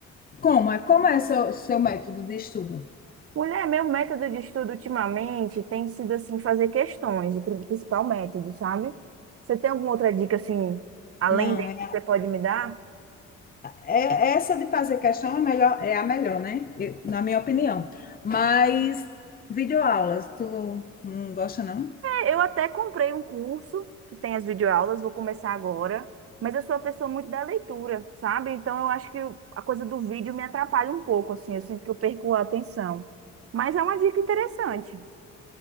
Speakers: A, on the left; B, on the right.
A: como? É, como é seu, seu método de estudo?
B: Mulher, meu método de estudo ultimamente tem sido assim fazer questões, o prin- principal método, sabe? Você tem alguma outra dica assim, além
A: Não,
B: desse
A: é,
B: que você pode me dar?
A: é- essa de fazer questão é melhor, é a melhor, né? Eu- na minha opinião. Mas videoaulas, tu não gosta, não?
B: É, Eu até comprei um curso que tem as videoaulas, vou começar agora, mas eu sou uma pessoa muito da leitura, sabe? Então eu acho que a coisa do vídeo me atrapalha um pouco, assim, eu sinto que eu perco a atenção. Mas é uma dica interessante.